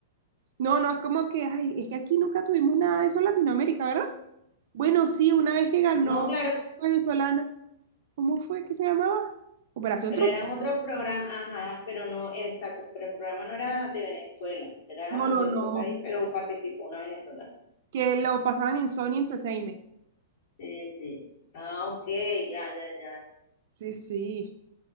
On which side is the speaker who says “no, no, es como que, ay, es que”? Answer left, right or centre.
Right